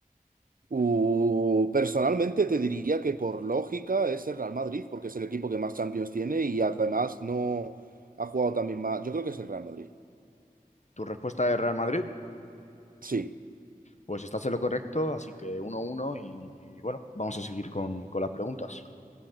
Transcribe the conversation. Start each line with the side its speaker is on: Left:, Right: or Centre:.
Right: Uh, personalmente te diría que por lógica es el Real Madrid, porque es el equipo que más Champions tiene y además no ha jugado también más. Yo creo que es el Real Madrid.
Left: ¿Tu respuesta es Real Madrid?
Right: Sí.
Left: Pues estás en lo correcto, así que 1 uno y bueno, vamos a seguir con, con las preguntas.